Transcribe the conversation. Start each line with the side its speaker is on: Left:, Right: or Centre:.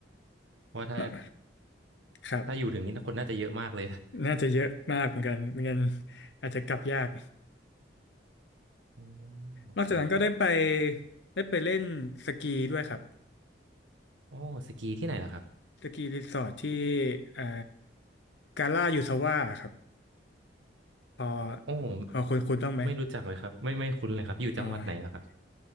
Right: เพราะว่าถ้า
Left: เนอะครับ
Right: ถ้าอยู่ถึงนี่คนน่าจะเยอะมากเลย <laughs> นะ
Left: น่าจะเยอะมากเหมือนกันไม่งั้นอาจจะกลับยาก
Right: โอโอเคครับ
Left: นอกจากนั้นก็ได้ไปได้ไปเล่นสกีด้วยครับ
Right: โอ้สกีที่ไหนเหรอครับ
Left: สกีรีสอร์ทที่เอ่อกาล่ายูซาว่าครับพอ
Right: โอ้
Left: พอคุณคุณต้องไหม
Right: ไม่รู้จักเลยครับไม่ไม่คุ้นเลยครับอยู่จังหวัดไหนเหรอครับ
Left: อ่า